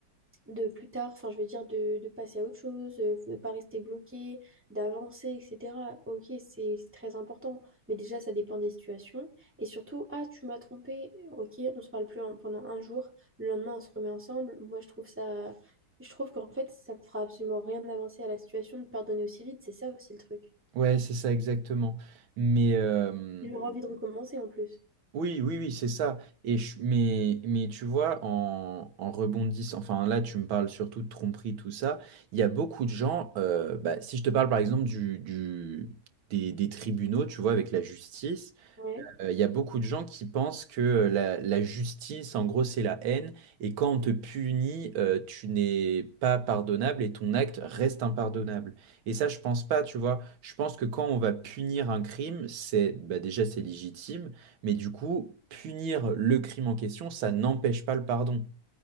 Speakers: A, in the centre; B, on the right (about 75°).
A: de plus tard, enfin je veux dire de, de passer à autre chose, euh, de ne pas rester bloqué, d'avancer, etc. Ok, c'est c'est très important, mais déjà ça dépend des situations. Et surtout, ah tu m'as trompé, ok, on se parle plus en- pendant un jour, le lendemain on se remet ensemble. Moi je trouve ça, je trouve qu'en fait ça ne fera absolument rien d'avancer à la situation de pardonner aussi vite, c'est ça aussi le truc.
B: ouais, c'est ça exactement. Mais, euh,
A: Il aura envie de recommencer en plus.
B: Oui, oui, oui, c'est ça. Et je- mais, mais tu vois, en, en rebondissant, enfin là, tu me parles surtout de tromperie, tout ça. Il y a beaucoup de gens, euh, bah, si je te parle par exemple du, du- des, des tribunaux, tu vois, avec la justice.
A: Ouais.
B: Euh, Il y a beaucoup de gens qui pensent que euh, la, la justice, en gros, c'est la haine, et quand on te punit, euh, tu n'es pas pardonnable et ton acte reste impardonnable. Et ça, je pense pas, tu vois. Je pense que quand on va punir un crime, c'est bah, déjà c'est légitime, mais du coup, punir le crime en question, ça n'empêche pas le pardon.